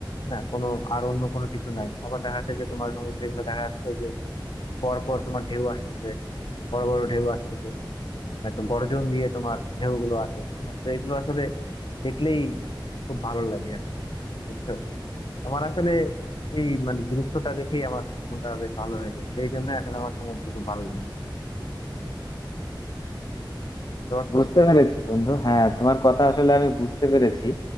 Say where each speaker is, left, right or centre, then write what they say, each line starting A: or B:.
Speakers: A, on the left (about 70°); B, on the left (about 55°).
A: না কোনো আর অন্য কোনো কিছু নাই আবার দেখা যাচ্ছে যে তোমার সমুদ্রে গুলো দেখা যাচ্ছে যে পর পর তোমার ঢেউ আসতেছে বড় বড় ঢেউ আসতেছে মানে একটা গর্জন দিয়ে তোমার ঢেউ গুলো আসে না তো এগুলো আসলে দেখলেই খুব ভালো লাগে আর কি বুঝছো আমার আসলে এই মানে দৃশ্যটা দেখেই আমার মনটা বেশ ভালো হয়ে যায় তো এই জন্য আসলে আমার সমুদ্র খুব ভালো লাগে বুঝতে পারছো
B: বুঝতে পেরেছি বন্ধু হ্যাঁ তোমার কথা আসলে আমি বুঝতে পেরেছি